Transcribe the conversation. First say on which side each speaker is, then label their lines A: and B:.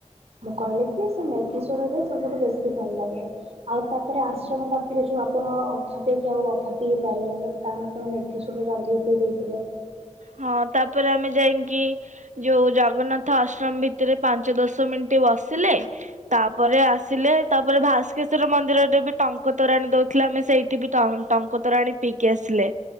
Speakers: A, on the right; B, on the right.
A: ମୁଁ କହିଲି କି ସେ ମେଘେଶ୍ଵରରେ ସବୁଠୁ ବେଶୀ ଭଲ ଲାଗେ ଆଉ ତାପରେ ଆଶ୍ରମ ପାଖରେ ଯୋଉ ଆପଣ ଅଧା ପିଇକି ଆଉ ଅଧା ପିଇ ପାରିଲେନି କାରଣ ଆପଣ ମେଘେଶ୍ଵରରେ ଅଧିକ ପିଇ ଦେଇଥିଲେ।
B: ହଁ ତାପରେ ଆମେ ଯାଇକି ଯୋଉ ଜଗନ୍ନାଥ ଆଶ୍ରମ ଭିତରେ ପାଞ୍ଚ ଦଶ ମିନିଟ ବସିଲେ ତାପରେ ଆସିଲେ ତାପରେ ଭାସ୍କେଶ୍ଵର ମନ୍ଦିରରେ ବି ଟଙ୍କତୋରାଣୀ ଦଉଥିଲେ ଆମେ ସେଇଠି ବି ଟଙ୍କତୋରାଣୀ ପିଇକି ଆସିଲେ